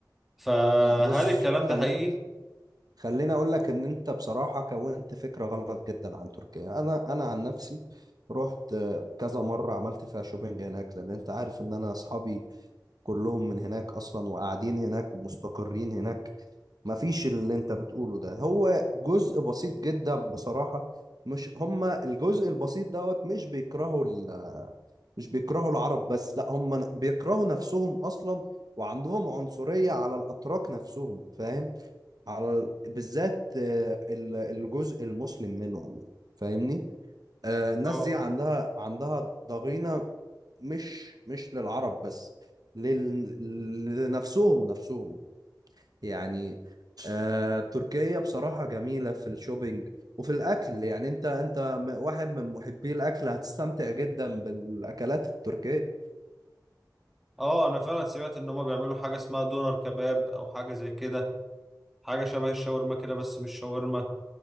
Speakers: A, in the centre; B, on the right.
A: فهل
B: لا بص
A: الكلام
B: خل...
A: ده حقيقي؟
B: خليني اقول لك ان انت بصراحة كونت فكرة غلط جدا عن تركيا انا انا عن نفسي رحت آه، كذا مرة عملت فيها شوبينج هناك لان انت عارف ان انا اصحابي كلهم من هناك اصلا وقاعدين هناك ومستقرين هناك مفيش اللي انت بتقوله ده هو جزء بسيط جدا بصراحة مش هما الجزء البسيط دوت مش بيكرهوا ال... مش بيكرهوا العرب بس لا هما بيكرهوا نفسهم اصلا وعندهم عنصرية على الاتراك نفسهم فاهم على ال- بالذات آه، ال- الجزء المسلم منهم يعني فاهمني آه، الناس
A: اه
B: دي عندها عندها ضغينة مش مش للعرب بس لل... لنفسهم نفسهم يعني آه تركيا بصراحة جميلة في الشوبينج وفي الأكل يعني أنت أنت م- واحد من محبي الأكل هتستمتع جدا بالأكلات التركية
A: اه انا فعلا سمعت ان هم بيعملوا حاجه اسمها دونر كباب او حاجه زي كده حاجه شبه الشاورما كده بس مش شاورما